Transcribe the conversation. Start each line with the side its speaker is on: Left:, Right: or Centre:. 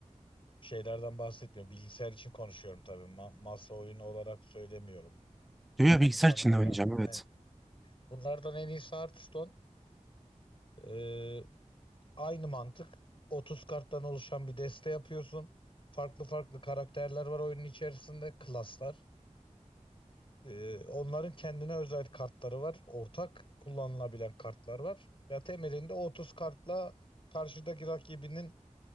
Left: Şeylerden bahsetmiyorum. Bilgisayar için konuşuyorum tabii. Ma- masa oyunu olarak söylemiyorum.
Centre: Diyor ya,
Left: Yanlış
Centre: bilgisayar
Left: anlamadım
Centre: içinde oynayacağım
Left: ha?
Centre: evet.
Left: Aynen. Bunlardan en iyisi Hearthstone. Ee, Aynı mantık. 30 karttan oluşan bir deste yapıyorsun. Farklı farklı karakterler var oyunun içerisinde. Klaslar. Ee, onların kendine özel kartları var. Ortak kullanılabilen kartlar var. Ya temelinde 30 kartla karşıdaki rakibinin